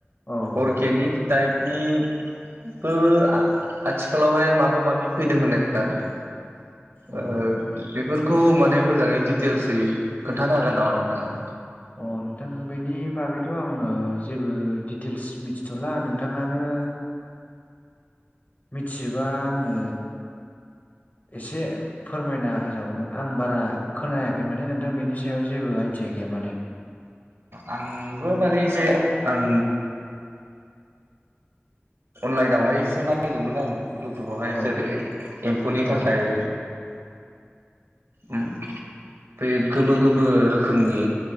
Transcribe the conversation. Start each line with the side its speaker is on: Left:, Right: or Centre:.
Left: औ
Right: अर्गेनिक
Left: नोंथां नंगौ
Right: टाइप नि बो आथिखालावहाय माबा माबि फैदों होननाय खोनादों
Left: अ
Right: ओ
Left: बे
Right: बेफोर खौ माने मोजाङै दिटेल्सयै खोन्थानो हागोन नामा नोंथां
Left: अ नोंथां बेनि बागैथ' आङो जेबो दिडिटेल्स मिथिथ'ला नोंथाङानो मिथियोबा आंनो एसे फोरमायना होजागौमोन आं बारा खोनायाखै माने नोंथां बेनि सायाव जेबो आइदिया गैया माने
Right: आंबो माने एसे आं अनलाइनावहाय एसे नायदोंमोन आङो इउटुबावहाय
Left: औ
Right: जेरै एम्फौनि
Left: औ
Right: थाखाय
Left: <inaudible>
Right: उम बे गोमो गोमो रोखोमनि